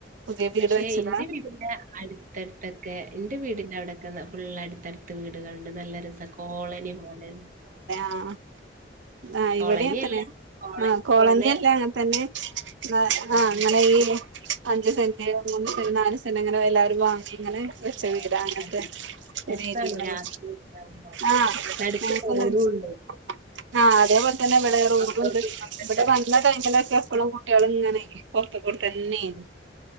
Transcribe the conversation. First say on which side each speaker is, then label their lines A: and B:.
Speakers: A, on the right (about 85°); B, on the right (about 45°).
A: പുതിയ വീട്
B: പക്ഷെ
A: വെച്ചതാ
B: എന്റെ വീടിന്റെ അടുത്തിട്ടൊക്കെ എന്റെ വീടിന്റെ അവിടെ ഫുുള്ള അടുത്തടുത്ത് വീടുകളുണ്ട് നല്ല രസം കോളനി പോലെ
A: ആഹ ആഹ
B: കോളനി
A: ഇവിടെ എത്തനെ
B: അല്ല.
A: ആഹ കോളനി
B: പോലെ
A: എല്ലാം അങ്ങനെ തന്നെ ആഹ
B: ആഹ്
A: അങ്ങനെ ഈ അഞ്ച് സെന്റ് മൂന്ന് സെന്റ് നാല് സെന്റ് അങ്ങനെ എല്ലാരും വാങ്ങി ഇങ്ങനെ പച്ച
B: ആഹ്
A: വീടാ അങ്ങനത്തെ
B: അതെ.
A: ഒ
B: രസാണ് രാത്രി ഉണ്ടാവുമ്പോ.
A: ആ്
B: നടുക്ക്
A: <unintelligible>
B: റോഡും ഉണ്ട്.
A: ആ അതേപോലെ തന്നെ ഇവിടെ റോഡുണ്ട്
B: അപ്പുറത്തും ഇപ്പുറത്തൊക്കെ
A: ഇവിടെ വന്ന
B: വീട്.
A: ടൈമിലൊ ക്കെ എപ്പളും കുട്ടികള് ഇങ്ങനെയിരിക്കും പൊറുത്തു കൂടെ തന്നെയാരുന്നു